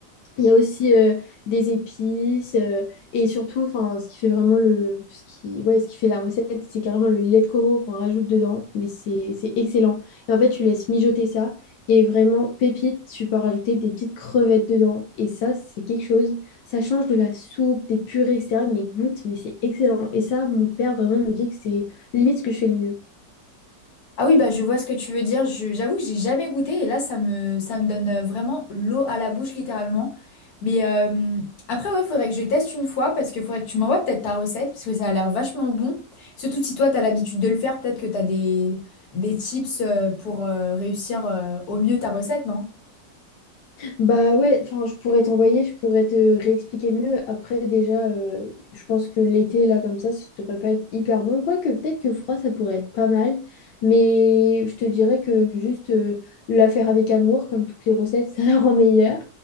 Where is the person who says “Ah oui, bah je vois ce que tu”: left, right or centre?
Left